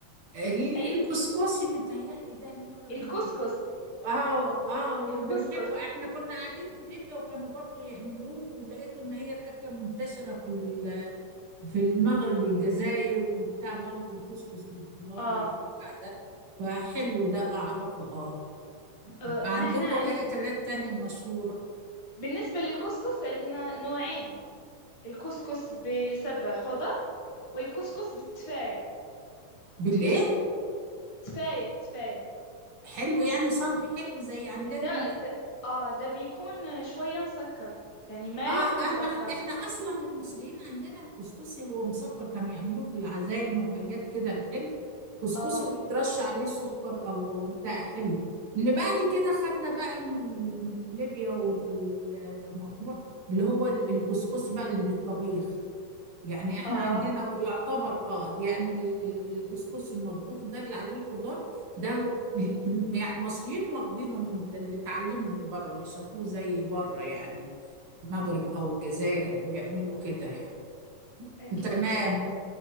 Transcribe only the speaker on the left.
أي
الكسكس
الكسكس
آه,
آه
نحن عن...
بالنسبة للكسكس عندنا نوعين الكسكس بسبع خضر والكسكس بالتفاية
تفاية تفاية
ده,
ده اه ده بيكون شوية مسكر يعني مالح
ومسكر
اه
اه
اكيد